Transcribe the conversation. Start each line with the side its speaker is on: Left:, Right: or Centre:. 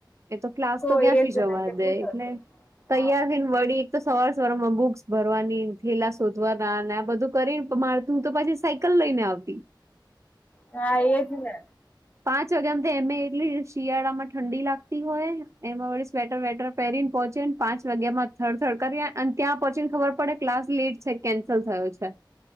Right: એ તો. ક્લાસ તો
Left: એજ
Right: ક્યાંથી જવા
Left: ને કેટલું
Right: દે
Left: થતું.
Right: એટલે
Left: હા.
Right: તૈયાર થ. વળી એક તો સવાર સવાર માં બુક્સ ભરવાની થેલા શોધવાના ને આ બધું કરીને માું તોછી સા. લ લઈને આવતી.
Left: હા એજ ને
Right: પાંચ વાગ્યામ એમે એટલી શિયાળા માં ઠંડી લાગતી હોય એમાં વી સ્વેટર વેટર. પેરીને પહોચી ને પાંચ વાગ્યા માં થર્ડ થર્ડ કરી્યા અને ત્યાં પહોંચી ને ખબર પડે ક્લાસ લેટ છે કેન્સલ થયો છે.